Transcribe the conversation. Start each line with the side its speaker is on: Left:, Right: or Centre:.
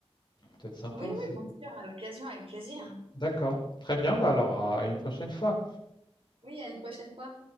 Left: Peut-être sympa
Right: oui,
Left: aussi.
Right: bien sûr, à l'occasion, avec plaisir.
Left: D'accord. Très bien. Bah alors, à une prochaine fois.
Right: Oui, à une prochaine fois.